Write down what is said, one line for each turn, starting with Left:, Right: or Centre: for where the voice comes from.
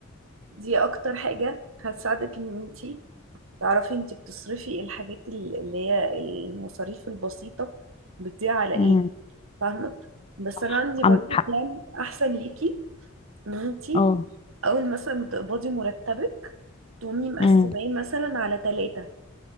Right: دي اكتر حاجه هتساعدك ان انت تعرفي انت بتصرفي الحاجات ال- اللي هي المصاريف البسيطه بتضيع على ايه
Left: امم
Right: فاهمه بس
Left: صح
Right: انا عندي
Left: عندك
Right: برضو
Left: حق
Right: بلان احسن ليكي ان انت
Left: اه
Right: اول مثلا ما تقبضي مرتبك تقومي مقسماه
Left: امم
Right: مثلا على ثلاثه